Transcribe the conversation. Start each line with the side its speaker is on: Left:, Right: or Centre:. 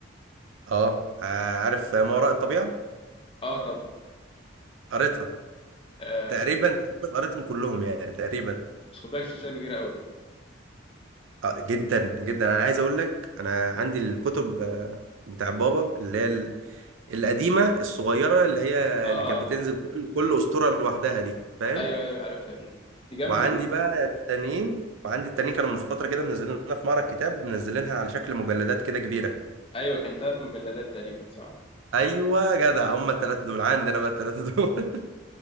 Right: اه آه، عارف ما وراء الطبيعه
Left: اه طبعا
Right: قريتها
Left: آه
Right: تقريبا
Left: ده
Right: تقريبا قريتهم كلهم يعني تقريبا
Left: بس خد بالك سلسله كبيره قوي يعني.
Right: آه، جدا جدا انا عايز اقول لك انا عندي الكتب آه، بتاع بابا اللي هي ال- القديمه الصغيره اللي هي
Left: اه آه،
Right: اللي كانت بتنزل
Left: آه.
Right: كل كل اسطوره لوحدها دي فاهم
Left: ايوه ايوه عارفها دي دي جامده
Right: وعندي
Left: دي
Right: بقى التانيين وعندي التانيين كانوا من فتره كده منزلينها في معرض كتاب منزلينها على شكل مجلدات كده كبيره
Left: ايوه كان ثلاث مجلدات تقريبا صح
Right: ايوه جدع هم الثلاثه دول عندي انا بقى الثلاثه دول